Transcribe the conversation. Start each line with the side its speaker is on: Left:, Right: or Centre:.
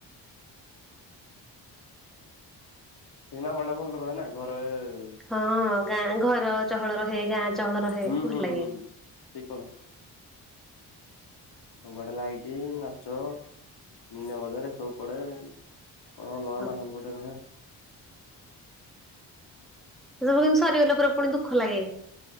Left: ସନା ହଳ ଟା ଭଲ ରୁହେ ନା ଘରେ ।
Centre: ହଁ ଗାଁ ଘର ଚହଳ ରହେ ଗାଁ ଚହଳ ରହେ
Left: ହୁଁ
Centre: ଭଲ
Left: ହୁଁ
Centre: ଲାଗେ
Left: ହୁଁ। ଠିକ କଥା ସବୁଆଡେ ଲାଇଟ୍ ନାଚ ମିନା ବଜରେ ସବୁ ପଡେ। ଅ ଲରା
Centre: ହଁ।
Left: ମା ହଲ ଗୋ <unintelligible> ଟେ ନହେ
Centre: ତ ବ ସାର ଗଲା ପରେ ପୁଣି ଦୁଃଖ ଲାଗେ